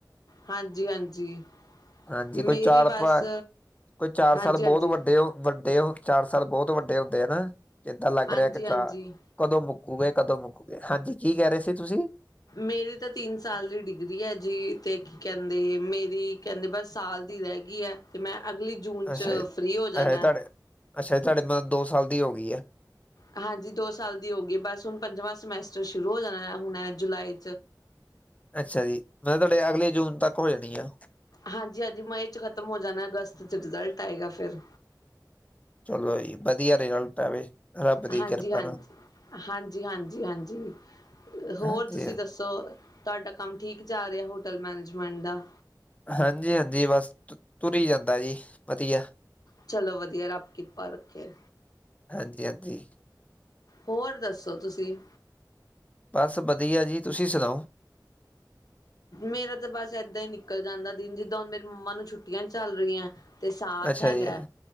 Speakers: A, on the left; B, on the left.
A: ਹਾਂਜੀ ਹਾਂਜੀ
B: ਹਾਂਜੀ
A: ਮੇਰੀ
B: ਕੋਈ ਚਾਰ ਆਪ
A: ਬਸ
B: ਕੋਈ ਚਾਰ
A: ਹਾਂਜੀ,
B: ਸਾਲ
A: ਹਾਂਜੀ,
B: ਬਹੁਤ ਵੱਡੇ ਹੋ ਵੱਡੇ ਚਾਰ ਸਾਲ ਬਹੁਤ ਵੱਡੇ ਹੁੰਦੇ ਆ ਨਾ ਕਿੱਦਾਂ ਲੱਗ
A: ਹਾਂਜੀ,
B: ਰਿਹਾ ਇੱਕ
A: ਹਾਂਜੀ
B: ਕਦੋਂ ਮੁੱਕੋਗੇ ਕਦੋਂ ਮੁੱਕੂਗੇ ਹਾਂਜੀ ਕੀ ਕਹਿ ਰਹੇ ਸੀ ਤੁਸੀਂ
A: ਮੇਰੀ ਤਾਂ ਤਿੰਨ ਸਾਲ ਦੀ ਡਿਗਰੀ ਹੈ ਜੀ ਅਤੇ ਕੀ ਕਹਿੰਦੇ ਮੇਰੀ ਕਹਿੰਦੇ ਬਸ ਸਾਲ ਦੀ ਰਹਿ ਗਈ ਹੈ ਅਤੇ ਮੈਂ ਅਗਲੀ ਜੂਨ 'ਚ
B: ਅੱਛਾ ਜੀ ਅੱਛਾ
A: ਫ੍ਰੀ ਹੋ ਜਾਂਦਾ
B: ਜੀ ਤੁਹਾਡੇ ਅੱਛਾ ਜ ਤੁਹਾਡੇਤਲਬ ਦੋ ਸਾਲ ਦੀ ਹੋ ਗਈਏ
A: ਹਾਂਜੀ ਦੋ ਸਾਲ ਦੀ ਹੋ ਗਈ ਬਸ ਹੁਣ ਪੰਜਵਾਂ ਸਮੈਸਟਰ ਸ਼ੁਰੂ ਹੋ ਜਾਣਾ ਹੁਣ ਜੁਲਾਈ
B: ਅੱਛਾ ਜੀ ਮੈਂਬ ਤੁਹਾਡੇ ਅਗਲੇ ਜੂਨ ਤੱਕ ਹੋ ਜਾਣੀ ਆ।
A: ਹਾਂਜੀ ਹਾਂਜੀ ਮਈ 'ਚ ਖ਼ਤਮ ਹੋ ਜਾਣਾ ਅਗਸਤ 'ਚ ਰਿਜ਼ਲਟ ਆਏਗਾ ਫਿਰ।
B: ਚਲੋ ਜੀ ਵਧੀਆ ਰਿਜ਼ਲਟ ਆਵੇ ਰੱਬ ਦੀ
A: ਹਾਂਜੀ
B: ਕਿਰਪਾ
A: ਹਾਂਜੀ
B: ਨਾਲ
A: ਹਾਂਜੀ ਹਾਂਜੀ ਹਾਂਜੀ ਹੋਰ
B: ਹਾਂਜੀ
A: ਤੁਸੀਂ
B: ਹਾਂ,
A: ਦੱਸੋ? ਤੁਹਾਡਾ ਕੰਮ ਠੀਕ ਜਾ ਰਿਹਾ ਹੋਟਲ ਮੈਨੇਜਮੈਂਟ ਦਾ?
B: ਹਾਂਜੀ ਹਾਂਜੀ ਬਸ ਤੁਰ ਜਾਂਦਾ ਜੀ ਵਧੀਆ।
A: ਚਲੋ ਵਧੀਆ ਰੱਬ ਕਿਰਪਾ ਰੱਖੇ।
B: ਹਾਂਜੀ ਹਾਂਜੀ
A: ਹੋਰ ਦੱਸੋ ਤੁਸੀਂ?
B: ਬਸ ਵਧੀਆ ਜੀ ਤੁਸੀਂ ਸੁਣਾਓ?
A: ਮੇਰਾ ਤਾਂ ਬਸ ਏਦਾਂ ਹੀ ਨਿਕਲ ਜਾਂਦਾ ਦਿਨ ਜਿੱਦਾਂ ਹੁਣ ਮੇਰੀ ਮੰਮਾ ਨੂੰ ਛੁੱਟੀਆਂ ਚੱਲ ਰਹੀਆਂ। ਤੇ ਸਾਥ
B: ਅੱਛਾ
A: ਹੈਗਾ।
B: ਜੀ